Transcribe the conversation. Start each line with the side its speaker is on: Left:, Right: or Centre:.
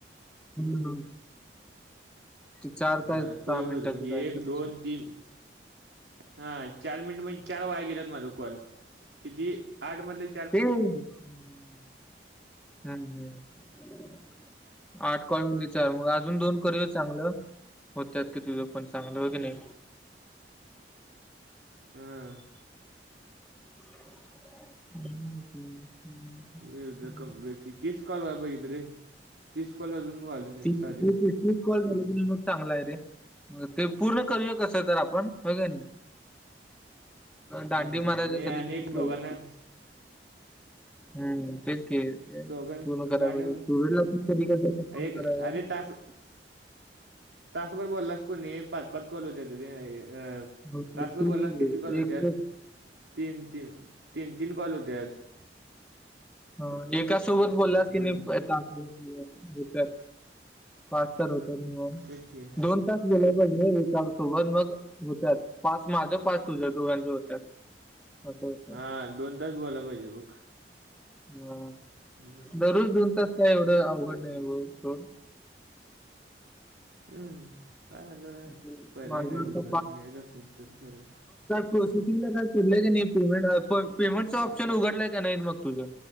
Centre: <unintelligible> ते चार काय
Right: अं
Centre: सहा
Right: तु एक
Centre: मिनिटाचं
Right: धर म्हणजे
Centre: काय
Right: एक,
Centre: तर
Right: दोन,
Centre: असेल.
Right: तीन हा चार मिनिट म्हजी चार वाया गेल्यात माझ कॉल किती आठ मधलं
Centre: <unintelligible> आठ कॉल म्हणजे चार मग अजून दोन करुया चांगलं?? होत्यात की तुझं पण चांगलं हो की नाही?
Right: हं
Centre: <unintelligible>
Right: एकदा
Centre: हम्म.
Right: कम्प्लीट ते तीस कॉल व्हाय पाहिजेत रे तीस कॉल अजून व्हायले नाईत
Centre: तीस
Right: झालं
Centre: तीस-
Right: नाहीत.
Centre: तीस कॉल झालं कि नाही ग चांगल हाय रे ते पूर्ण करूया कसं तर आपण होय कनी. दांडी
Right: हां
Centre: मारायच
Right: मी
Centre: कधी
Right: आणि
Centre: कधी
Right: एक
Centre: कॉलेज
Right: दोघांना
Centre: हा तेच कि
Right: दोघां
Centre: पूर्ण कराय
Right: दांडे
Centre: पाहिजे सुरजला पण कधी कधी फोन
Right: एक
Centre: करायचा?
Right: अरे तास तासभर बोललास कुनय पाच पाच कॉल हुत्यात रे अ
Centre: होतं.
Right: तासभर
Centre: तेच
Right: बोलास
Centre: की
Right: तर किती कॉल हुत्यात
Centre: एक एक
Right: तीन तीन तीन तीन कॉल हुत्यात
Centre: ह एका सोबत बोललास
Right: मग
Centre: की नाही ब बतर फस् तर होत म <inaudible>
Right: तेच कि
Centre: आत्ताच गेलं पाहिजे एका सोबत मग होत्यात. पाच माझं पाच तुझ दोघांच होतात? असं होतं.
Right: हा दोन तास बोलाय पाहिजे बघ.
Centre: ह
Right: बर
Centre: दरोज दोन तास काय एवढं अवघड नाही बघ सोड
Right: हम् काय आता काय
Centre: माझं
Right: पर्याय काय
Centre: आता
Right: दुसररं मिळत असली तर करूया
Centre: प्रोसेसिंग ला काय सोडलय का नई, पेमेट वर पेमेंटच ऑप्शन उघडलाय का नाही बघ तुझं?